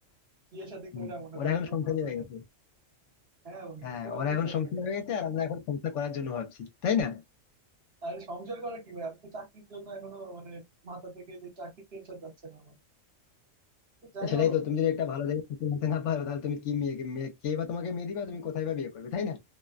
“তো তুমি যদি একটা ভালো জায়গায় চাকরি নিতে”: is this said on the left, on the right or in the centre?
Left